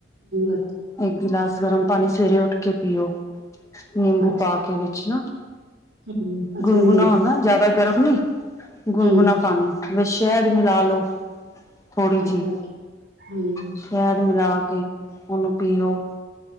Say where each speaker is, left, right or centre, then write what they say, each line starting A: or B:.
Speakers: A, on the right; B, on the left.
A: ਅੱਛਾ
B: ਇੱਕ ਗਿਲਾਸ ਗਰਮ ਪਾਣੀ ਸਵੇਰੇ ਉੱਠ ਕੇ ਪੀਓ। ਨਿੰਬੂ
A: ਅੱਛਾ
B: ਪਾ ਕੇ ਵਿੱਚ ਨਾ।
A: ਹੂੰ ਅੱਛਾ
B: ਗੁਨ-ਗੁਨਾ
A: ਨਿੰਬੂ
B: ਹੋ ਨਾ, ਜਿਆਦਾ ਗਰਮ ਨੀ। ਗੁਨ-ਗੁਣਾ
A: ਹੂੰ ਹੂੰ
B: ਪਾਣੀ ਬ ਸ਼ਹਿਦ ਮਿਲਾ ਲੋਓ। ਥੋੜ੍ਹੀ
A: ਅੱਛਾ
B: ਜੀ
A: ਅੱਛਾ ਹੂੰ
B: ਸ਼ਹਿਦ ਮਿਲਾ ਕੇ, ਉਹਨੂੰ ਪੀਓ।